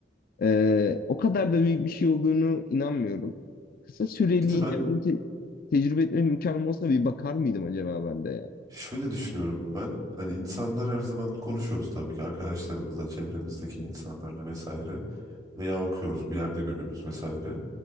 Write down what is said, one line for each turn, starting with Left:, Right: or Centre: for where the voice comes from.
Left: e, o kadar da büyük bir şey olduğunu inanmıyorum. Kısa süreliğine
Right: Bir de ben
Left: bunu te- tecrübe etme imkanım olsa bir bakar mıydım acaba ben de ya?
Right: şöyle düşünüyorum ben hani insanlar her zaman konuşuyoruz tabii ki arkadaşlarımızla, çevremizdeki insanlarla vesaire veya okuyoruz bir yerde görüyoruz vesaire.